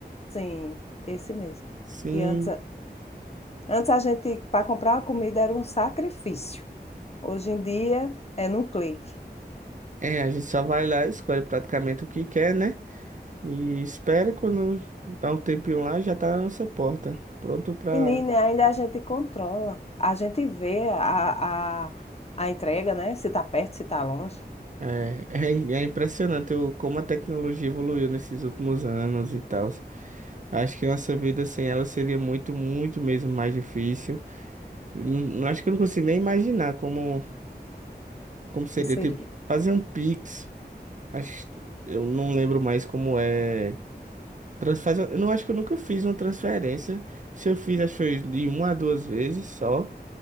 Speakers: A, on the left; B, on the right.
A: Sim, esse mesmo.
B: Sim,
A: Que antes, antes a gente para comprar uma comida era um sacrifício. Hoje em dia é num clique.
B: é, a gente só vai lá, e escolhe praticamente o que quer, né? E espere quando dá um tempinho lá, já tá na nossa porta. Pronto pra.
A: Menina, ainda a gente controla. A gente vê a, a, a entrega, né? Se está perto, se está longe.
B: É, <laughs> é, é impressionante o, como a tecnologia evoluiu nesses últimos anos e tal. Acho que nossa vida sem ela seria muito, muito mesmo mais difícil. Não, não- acho que eu não consigo nem imaginar como, como seria,
A: Como seria?
B: tipo, fazer um Pix. Acho, eu não lembro mais como é. Trans, faz- eu não acho que eu nunca fiz uma transferência. Se eu fiz, acho que foi de uma a duas vezes só.